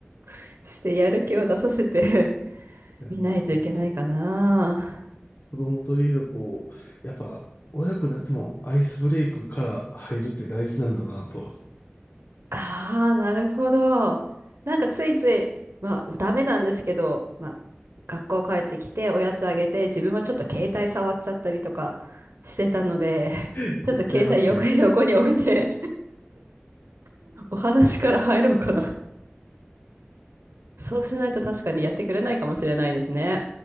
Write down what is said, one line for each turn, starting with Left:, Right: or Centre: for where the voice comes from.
Right: <laughs> してやる気を出させて <laughs>
Left: やまあのこ
Right: 見ないといけないかな。
Left: 子供といえど、こう、やっぱ、親子であってもアイスブレイクから入るって大事なんだなと、
Right: ああ、なるほど。なんかついつい、まあ、ダメなんですけど、まあ、学校帰ってきておやつあげて、自分はちょっと携帯触っちゃったりとかしてたので、<laughs>
Left: <laughs>
Right: ちょっと携帯横に横に置いて、
Left: やっちゃいますね。
Right: <laughs> お話から入ろうかな。そうしないと確かにやってくれないかもしれないですね。